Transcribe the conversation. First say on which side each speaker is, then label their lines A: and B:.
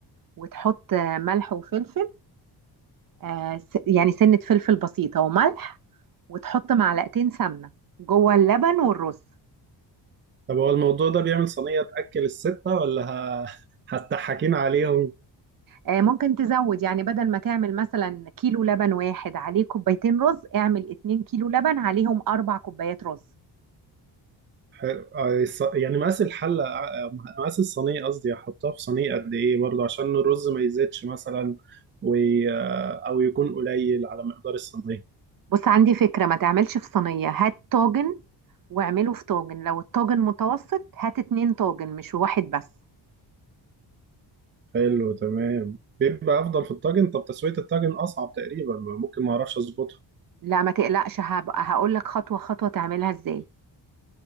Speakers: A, on the right; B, on the right.
A: وتحط آه، ملح وفلفل آه س- يعني سنة فلفل بسيطة وملح وتحط معلقتين سمنة جوه اللبن والرز
B: طب هو الموضوع ده بيعمل صينية تأكل الستة ولا ه- <laughs> هتضحكين عليهم
A: آه ممكن تزود يعني بدل ما تعمل مثلا كيلو لبن واحد عليه كوبايتين رز اعمل اتنين كيلو لبن عليهم أربع كوبايات رز
B: آه، الص- يعني مقاس الحلة آه، مقاس الصينية قصدي هحطها في صينية قد ايه برضه عشان الرز ما يزيدش مثلا و... آه، او يكون قليل على مقدار الصينية
A: بص عندي فكرة ما تعملش في صينية هات طاجن واعمله في طاجن لو الطاجن متوسط هات اتنين طاجن مش واحد بس
B: حلو تمام بيبقى افضل في الطاجن طب تسوية الطاجن اصعب تقريبا ممكن ما اعرفش اظبطه
A: لا ما تقلقش هبقى هقول لك خطوة خطوة تعملها ازاي